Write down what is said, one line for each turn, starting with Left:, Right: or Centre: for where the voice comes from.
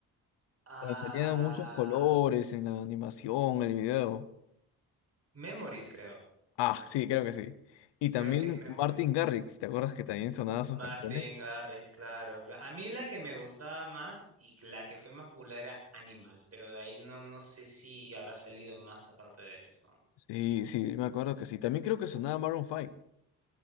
Right: Ah,
Left: Donde salían muchos colores en la animación, en el video.
Right: Memories, creo.
Left: Ah, sí, creo que sí. Y también
Right: Creo que es Memories.
Left: Martin Garrix, ¿te acuerdas que también sonaba sus
Right: Martin
Left: canciones?
Right: Garrix, claro, claro A mí la que me gustaba más y la que fue más popular era Animals, pero de ahí no, no sé si habrá salido más aparte de eso.
Left: Sí, sí, me acuerdo que sí. También creo que sonaba Maroon 5.